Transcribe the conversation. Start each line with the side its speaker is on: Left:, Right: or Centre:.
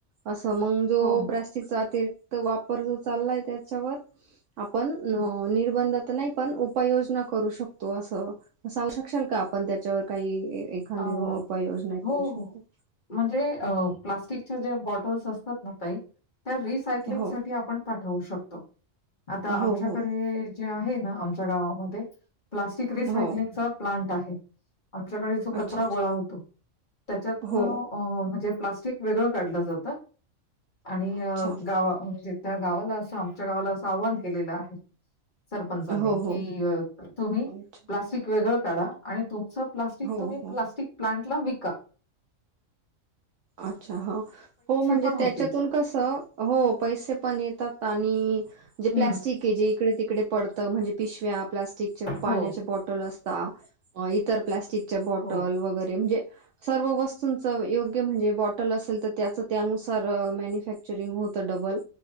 Right: असं मग जो
Left: हो
Right: प्लास्टिकचा अतिरे तर वापर जो चाललाय त्याच्यावर आपण नो
Left: हं.
Right: निर्बंध नाही पण उपाययोजना करू शकतो अस सांगू शकशिल का आपण त्याच्यावर काही एखादी
Left: अ
Right: दोन उपाययोजना
Left: हो
Right: करू शकतो
Left: हो म्हणजे अ प्लास्टिकच्या जे बॉटल्स असतात ना ताई त्या रिसायकलिंग
Right: हो
Left: साठी आपण पाठवू शकतो आता
Right: हो
Left: आमच्याकडे
Right: हो
Left: जे हे ना आमच्या गावामध्ये प्लास्टिक रिसायक्लिंगचा
Right: हो
Left: प्लांट आ आच्या
Right: अच्छा
Left: कचरा
Right: अच्छा
Left: गोळा होतो त्याच्यात
Right: हो
Left: न अ म्हणजे प्लास्टिक् वेगळ काढल जात आणि
Right: अच्छा
Left: अ गावा अ त्या गावाला अस आमच्या गावाला असं आव्हान केलेल आहे सरपंचांनी
Right: हो हो
Left: कि अ तुम्ही
Right: अच्छा
Left: प्लास्टिक वेग ताडा आणि तुमचं पृ
Right: हो
Left: <inaudible> तुम्ही
Right: हो
Left: प्लास्टिक प्लांटला का
Right: अच्छा हो हो म्हणजे
Left: पण होतील.
Right: त्याच्यातून कस हो पैसे पण येतात आणि नी मजे
Left: हम्म.
Right: प्लस्टिके जे इकडे ईकडे पडत म्हणजे पिशव्या् तिच्ये पाण्याचे
Left: हो,
Right: बॉटल अस चा अ इतर प्ल्या चि च्या बॉटल
Left: हो,
Right: वगैरे म् <inaudible> सर्व वस्तूंच वै म्हणजे बॉटल असेल तर त्याच त्यानुसार मानिफाकचुरिंग होत डबल